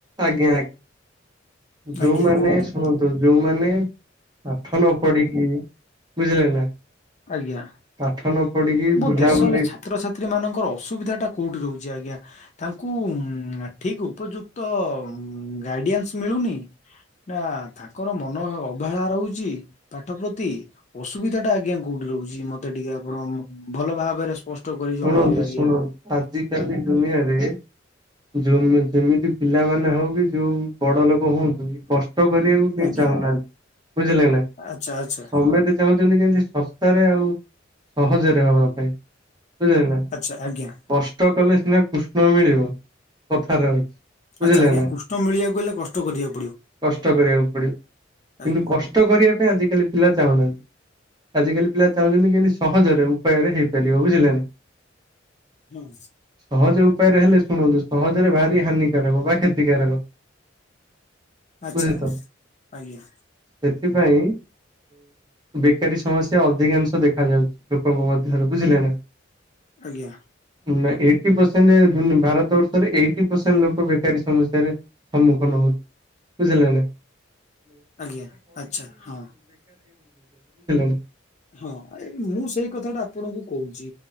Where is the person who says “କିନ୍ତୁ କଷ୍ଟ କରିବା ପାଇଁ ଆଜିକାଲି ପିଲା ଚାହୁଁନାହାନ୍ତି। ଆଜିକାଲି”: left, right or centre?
Right